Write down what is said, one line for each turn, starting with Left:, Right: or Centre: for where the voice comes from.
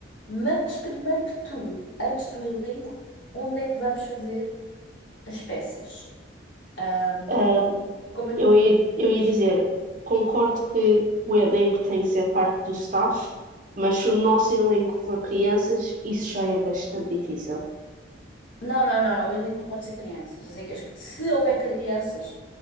Left: mas primeiro que tudo, antes do elenco, onde é que vamos fazer as peças? Ahm,
Right: ah,
Left: e como eu
Right: eu ia, eu
Left: disse.
Right: ia dizer, concordo que o elenco tem que ser parte do staff, mas se o nosso elenco for crianças, isso já é bastante difícil.
Left: Não, não, não, não. O elenco não pode ser crianças. As equipas que- Se houver crianças,